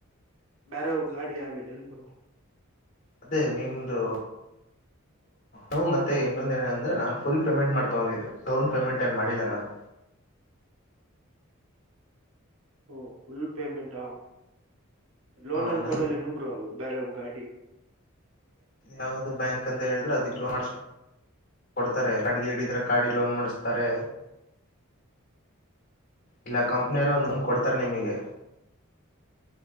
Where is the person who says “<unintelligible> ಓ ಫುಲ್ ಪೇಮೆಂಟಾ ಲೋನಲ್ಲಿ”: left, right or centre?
Right